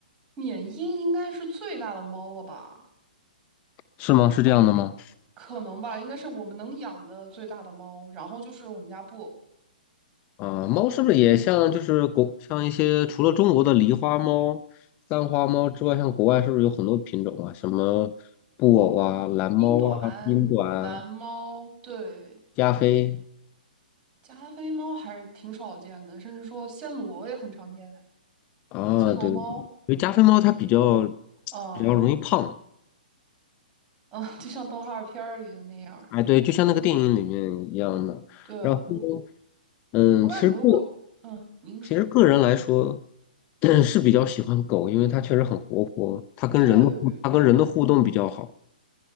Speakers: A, on the right (about 25°); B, on the left (about 30°).
A: 缅因应该是最大的猫了吧？
B: 是吗？是这样的吗？
A: 可能吧，应该是我们能养的最大的猫，然后就是我们家布偶、
B: 啊、猫是不是也像就是国像一些除了中国的狸花猫、三花猫之外，像国外是不是有很多品种啊？什么布偶啊、蓝猫啊、
A: 英短、
B: 英短啊
A: 蓝猫，对，
B: 加菲
A: 加菲猫还是挺少见的，甚至说暹罗也很常见，
B: 啊？
A: 暹罗猫，
B: 对对对，因为加菲猫它比较
A: 嗯
B: 比较容易胖。
A: 嗯，就像动画片儿里的那样儿
B: 哎，对，就像那个电影里面一样的。
A: 对，
B: 然后呢，
A: 我，
B: 嗯，
A: 我感觉我，
B: 其实个
A: 嗯，您说，
B: 其实个人来说，<clears throat> 是比较喜欢狗，因为它确实很活泼，它跟人的互它跟人的互动比较好。
A: 对对，